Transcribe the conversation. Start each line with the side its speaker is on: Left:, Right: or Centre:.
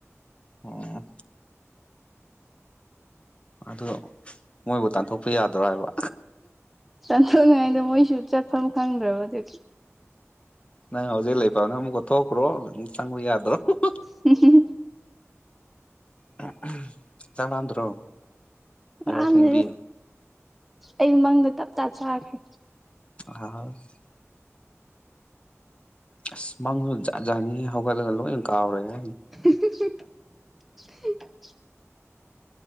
Left: ꯑꯣ ꯑꯗꫭ ꯃꯣꯏꯕꯨ ꯇꯥꯟꯊꯣꯛꯄ ꯌꯥꯗ꯭ꯔꯣ ꯍꯥꯏꯕ
Centre: ꯇꯥꯟꯊꯣꯛꯅꯤꯉꯥꯏꯗ ꯃꯣꯏꯁꯨ ꯆꯠꯐꯝ ꯈꯪꯗ꯭ꯔꯕ ꯑꯗꯨꯒꯤ
Left: ꯅꯪ ꯍꯧꯖꯤꯛ ꯂꯩꯐꯝꯗꫭ ꯑꯃꯨꯛꯀ ꯊꯣꯛꯈ꯭ꯔꯣ ꯆꯪꯕ ꯌꯥꯗ꯭ꯔꯣ <unintelligible>
Centre: <unintelligible>
Left: <unintelligible> ꯆꯥꯛ ꯂꯥꯝꯗ꯭ꯔꯣ ꯌꯥꯍꯧ
Centre: ꯂꯥꯝꯗꯦꯗ
Left: ꯊꯦꯡꯕꯤ
Centre: ꯑꯩ ꯃꯪꯗ ꯇꯞꯇꯥ ꯆꯥꯈ꯭ꯔꯦ
Left: <unintelligible> ꯑꯁ ꯃꯪꯖꯨ ꯖꯥꯠ ꯖꯥꯠꯅꯤꯍꯦ ꯍꯧꯒꯠꯂꯒ ꯂꯣꯏ ꯀꯥꯎꯔꯦ <unintelligible>
Centre: <unintelligible> <unintelligible>